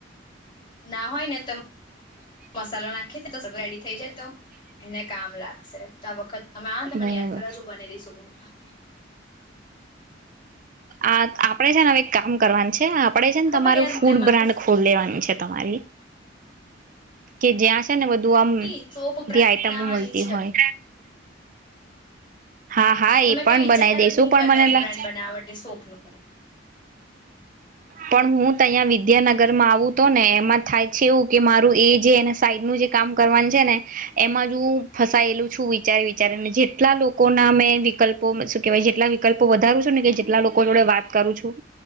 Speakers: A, on the left; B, on the right.
A: ના હોય ને ત મસાલો નાખ્યે તો રેડી થઇ જાય તો, એને કામ લાગશે, તો આ વખત તમે આને તને
B: બરાબર
A: યાદ કરાવજો બનાવી દઈશુ. <inaudible> બા <inaudible>
B: આ આપડે છેને હવે કામ કરવાનું છે આપડે છે ને
A: ખબર
B: તમારું
A: યાર
B: ફૂડ
A: મને મારું
B: બ્રાન્ડ ખોલી લેવાનું છે તમારી કે જેયાં છે ને બધું આમ,
A: કે સોપ બ્રાન્ડ
B: બધી આઈટમો
A: બનાવવાની
B: મળતી
A: છે
B: હોય. હા હા
A: તો અમે
B: એ પણ
A: કંઈ વિચાર
B: બનાવી દઈશું
A: જ નહી
B: પણ
A: કરતાં
B: મને
A: બ્રાન્ડ બનાવવા માટે, સોપ નો
B: પણ હું તયાં અહીં વિદ્યાનગર માં આવું તો ને એમાં થાય છે એવું કે, મારું એ જેને સાઈડ નું જે કામ કરવાનું છે, ને એમાં જ હું ફસાયેલું છું વિચારે વિચારીને જેટલા લોકો લોકો ના મેં વિકલ્પો શું કેહેવાય જેટલા વિકલ્પો વધારું છું ને કે જેટલા લોકો જોડે વાત કરું છું,